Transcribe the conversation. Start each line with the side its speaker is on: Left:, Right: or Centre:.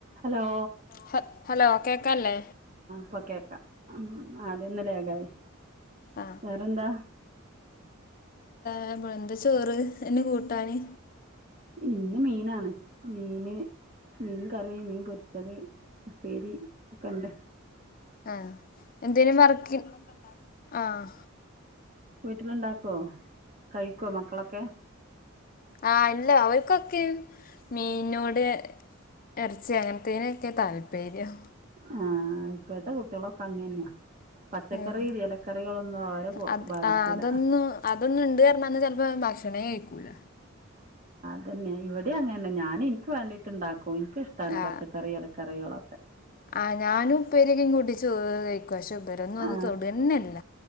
Right: Hello
Left: ഹ hello കേകാല്ലേ
Right: ഇപ്പൊ കേക്കാം മ്മ്. ആദിയൊന്ന് ലാഗായി
Left: ആ
Right: വേറെന്താ
Left: ആപ്പോ എന്താ ചോറ് ന് കൂട്ടാന്
Right: ഇന്ന് മീനാണ് മീന് മീൻ കറി മീൻ പൊരിച്ചത് ഉപ്പേരി ഒക്കെണ്ട്.
Left: ആഹ് എന്തേനും വർക്കി ആഹ്
Right: വീട്ടിലുണ്ടാക്കുവോ കഴിക്കോ മക്കളൊക്കെ
Left: ആഹ് അല്ല അവർക്കൊക്കെ മീനോട് ഇറച്ചി അങ്ങനത്തിനൊക്കെ താൽപര്യം.
Right: ആഹ് ഇപ്പോഴത്തെ കുട്ടികളൊക്കെ അങ്ങന്നെയാ. പച്ചക്കറി
Left: ഉം
Right: എലക്കറികളൊന്നും അവരെ
Left: അത്
Right: ബാധിക്കൂല.
Left: ആ അതൊന്നും അതൊന്നും ഇണ്ട് പറഞ്ഞാല് ചെലപ്പോ ഭക്ഷണേ കഴിക്കൂല
Right: അതന്നെ ഇവ്ടെ അങ്ങനന്നെ ഞാന് ഇനിക്ക് വാണ്ടിട്ട്ണ്ടാക്കും ഇനിക്കിഷ്ട്ടാണ്
Left: ആ
Right: പച്ചക്കറി എലക്കറികളൊ
Left: ആ ഞാനും ഉപ്പേരിയൊക്കെ ഇ കൂട്ടി ചോറ് കഴിക്കും പഷേ ഇവരൊന്നും അത്
Right: ആ
Left: തൊട്ന്നെല്ല